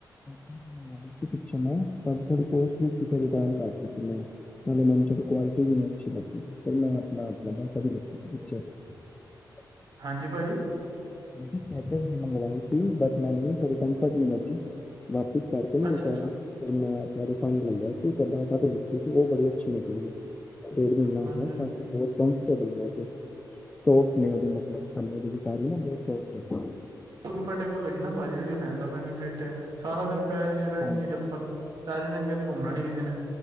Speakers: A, on the left (about 15°); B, on the right (about 65°).
A: <unintelligible>
B: ਹਾਂਜੀ ਭਾਜੀ
A: ਮੈਂ ਤੇ ਮੰਗਵਾਈ ਸੀ ਬਟ ਮੈਨ ਥੋੜੀ ਕੰਫਰਟ ਨਹੀਂ ਲੱਗੀ ਵਾਪਿਸ ਕਰਕੇ
B: ਅੱਛਾ
A: ਰਿਟਰ
B: ਅੱਛਾ
A: ਫਿਰ ਮੈਂ ਆਪਣਾ ਰਿਫੰਡ ਲੈਂਦਾ ਠੀਕ ਹੈ ਬਾਕੀ ਲਿਖਤੀ ਸੀ ਉਹ ਬੜੀ ਅੱਛੀ ਨਿਕਲੀ ਡੇਢ ਮਹੀਨਾ ਹੁੰ
B: ਹਾਂਜੀ
A: ਗਿਆ
B: ਹਾਂਜੀ
A: ਤਾਂ ਕਾਫੀ ਦੇਰ <unintelligible> ਤੋਫ ਨੇ ਉਹਦੇ ਮਤਲਬ ਠੰਡ ਦੇ ਵਿੱਚ ਸਾਰੇ ਨਾ ਬਹੁਤ ਅੱਛਾ
B: ਕੰਫਰਟੇਬਲ ਹੈਗੀ ਨਾ ਬਾਜੀ ਲੈਣ ਦਾ ਬੈਨੀਫਿਟ ਹੈ ਸਾਰਾ ਦਿਨ ਪੈਰੀ ਚ ਰਹਿਣੀ
A: ਹਾਂਜੀ
B: ਹੈ ਚੱਪਲ ਪੈਰੀ ਨੰਗੇ ਤੇ ਘੁੰਮਣਾ
A: ਹਾਂ
B: ਨੀ ਕਿਸੇ ਨੇ